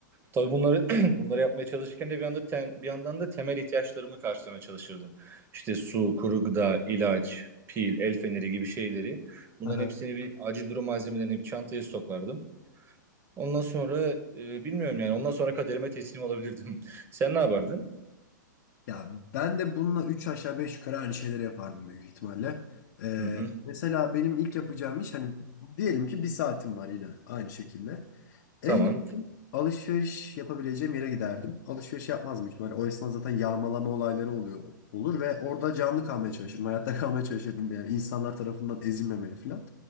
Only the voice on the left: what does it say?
<laughs>
Ya ben de bununla 3 aşağı 5 yukarı aynı şeyleri yapardım büyük ihtimalle. Ee,
mesela benim ilk yapacağım iş hani diyelim ki bir saatim var yine aynı şekilde. En
yakın alışveriş yapabileceğim yere giderdim. Alışveriş yapmaz büyük ihtimalle. O esnada zaten yağmalama olayları oluyor olur ve orada canlı kalmaya çalışırdım. Hayatta <laughs> kalmaya çalışırdım yani insanlar tarafından ezilmemeye falan.